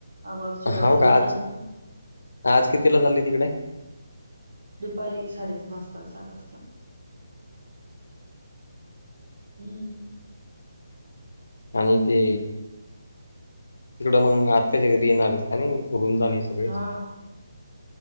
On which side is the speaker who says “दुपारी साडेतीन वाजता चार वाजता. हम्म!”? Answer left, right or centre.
Right